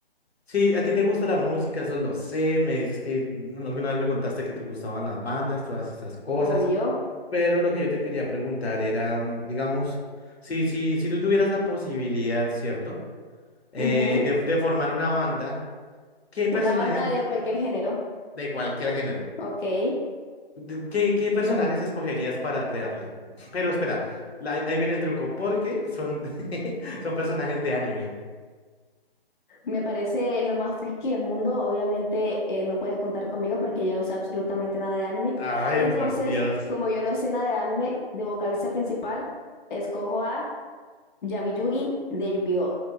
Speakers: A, on the left; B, on the left.
A: Sí, a ti te gusta la música, eso lo sé. Me dices que mm, alguna vez me contaste que te gustaban las bandas, todas estas cosas.
B: Obvio.
A: Pero lo que yo te quería preguntar era, mm, digamos, si, si, si tú tuvieras la posibilidad, ¿cierto? Eh,
B: Ujú.
A: de, de formar una banda, ¿qué personajes
B: Una banda
A: de,
B: de cualquier género.
A: de cualquier género?
B: Ok.
A: de- ¿Qué, qué personajes escogerías para crearla? Pero espera, la- ahí viene el truco, porque son, <laughs> son personajes de anime.
B: Me parece lo más friki del mundo. Obviamente eh, no puedes contar conmigo porque yo no sé absolutamente nada de anime.
A: Ay,
B: Entonces,
A: por Dios.
B: como yo no sé nada de anime, de vocalista principal, escojo a Yami Yugi de Yu-Gi-Oh!